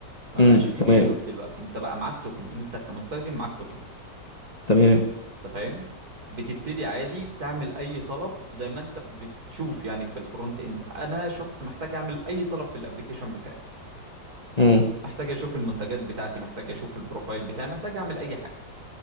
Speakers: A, on the right; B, on the left.
A: ما
B: امم
A: بقاش في
B: تمام
A: بي لود دلوقتي انت بقى معاك توكن انت كمستخدم معاك توكن
B: تمام
A: انت فاهم بتبتدي عادي تعمل اي طلب زي ما انت بتشوف يعني في الفرونت اند انا شخص محتاج اعمل اي طلب في الابليكيشن بتاعي
B: امم
A: محتاج اشوف المنتجات بتاعتي محتاج اشوف البروفايل بتاعي محتاج اعمل اي حاجة